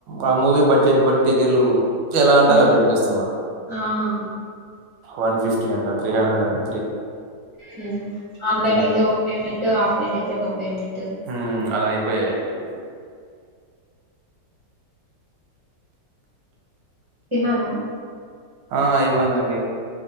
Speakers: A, on the right (about 85°); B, on the right (about 45°).
A: ఆ మూవీ బట్టి. స్టేట్ బట్టిటికెట్లు. ఎలా అంట
B: ఉమ్
A: అలా పెట్టేస్తున్నారు.
B: ఆ
A: వన్ ఫిఫ్టీ అంట. త్రిహండ్రెడ్ అండ్
B: హ్మ్ ఆన్లైన్
A: అలా
B: అయితే
A: అయిపోయి
B: ఒక పేమెంట్, ఆఫ్లైన్ అయితే ఒక పేమెంట్.
A: హ్మ్ అలా అయిపోయాయండి ఇప్పుడు
B: తిన్నారా?
A: ఆ అయిపోయిందండి.